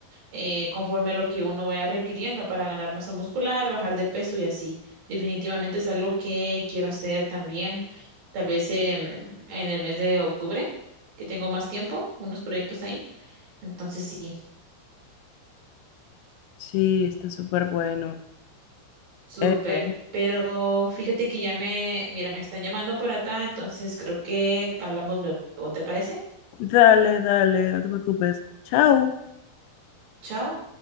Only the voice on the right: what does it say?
eh, conforme a lo que uno vaya requiriendo para ganar masa muscular, bajar de peso y así. Definitivamente es algo que quiero hacer también, tal vez em, en el mes de octubre, que tengo más tiempo, unos proyectos ahí. Entonces sí,
súper.
Pero fíjate que ya me, mira, me están llamando por acá, entonces creo que hablamos luego, ¿te parece?
Chao.